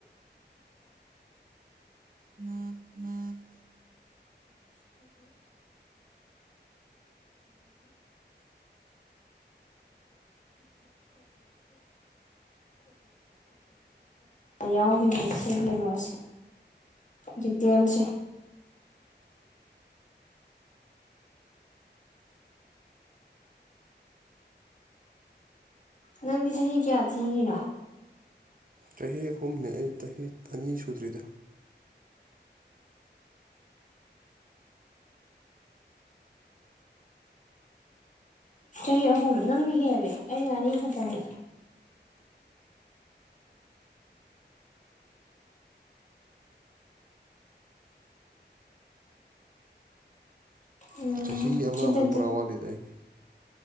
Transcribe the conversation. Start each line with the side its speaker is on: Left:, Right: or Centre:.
Right: ꯎꯝ ꯎꯝ
Left: ꯌꯥꯎꯈꯤꯕꯅꯦ ꯁꯤ ꯀꯩꯅꯣꯁꯦ ꯗꯤꯇꯦꯜꯁꯦ ꯅꯪꯗꯤ ꯆꯍꯤ ꯀꯌꯥ ꯊꯤꯒꯤꯅꯣ
Right: ꯆꯍꯤ ꯑꯍꯨꯝꯅꯦ ꯑꯩ ꯆꯍꯤ ꯑꯅꯤ ꯁꯨꯗ꯭ꯔꯤꯗ
Left: ꯆꯍꯤ ꯑꯍꯨꯝ ꯅꯪꯅ ꯍꯦꯜꯂꯦ ꯑꯩꯩꯅ ꯑꯅꯤ ꯈꯛꯇꯅꯤ ꯎꯝ
Right: ꯆꯍꯤ ꯑꯃꯃꯨꯛ
Left: ꯁꯤꯗꯗꯤ
Right: ꯄꯨꯔꯥ ꯋꯥꯠꯂꯤꯗ ꯑꯩꯒꯤ